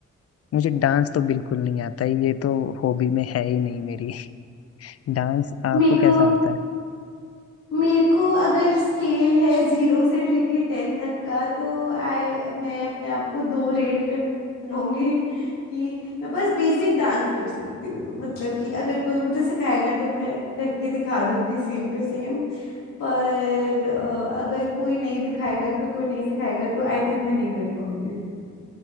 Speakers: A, on the left (about 50°); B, on the left (about 80°).
A: मुझे डांस तो बिल्कुल नहीं आता ही ये तो हॉबी में है ही नहीं मेरी <laughs> डांस आपको
B: मेरे को
A: कैसा आता है
B: मेरे को अगर स्केल है जीरो से लेके टेन तक का तो आई मैं अपने आप को दो रेट कर दूंगी कि मैं बस बेसिक डांस कर सकती हूँ मतलब कि अगर कोई मुझे सिखाएगा तो मैं करके दिखा दूंगी सेम टू सेम पर अ, अगर कोई नहीं दिखाएगा अगर कोई नहीं सिखाएगा तो आई थिंक मैं नहीं कर पाऊंगी